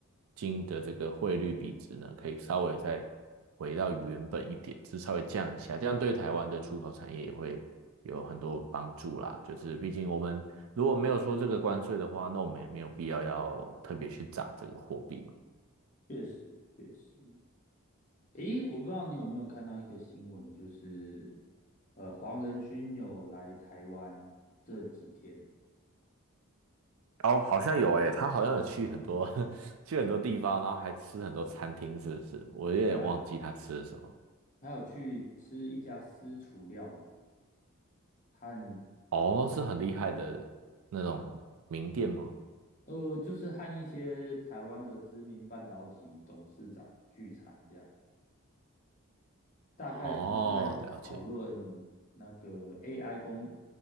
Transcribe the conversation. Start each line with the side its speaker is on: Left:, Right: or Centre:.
Right: 金的这个汇率比值呢，可以稍微再回到原本一点，是稍微降一下，这样对台湾的出口产业也会有很多帮助啦。就是毕竟我们如果没有说这个关税的话，那我们也没有必要要特别去涨这个货币嘛。
Left: 确实确实。诶，我不知道你有没有看到一个新闻，就是呃，黄仁勋有来台湾这几天。
Right: 哦，好像有诶，他好像有去很多 <laughs> 去很多地方，然后还吃很多餐厅，是不是？我有点忘记他吃了什么。
Left: 对啊，还有去吃一家私厨料理，和
Right: 哦，是很厉害的那种名店吗？
Left: 呃，就是和一些台湾的知名半导体董事长聚餐，这样大概是在讨论那个
Right: 哦，了解。
Left: AI 工，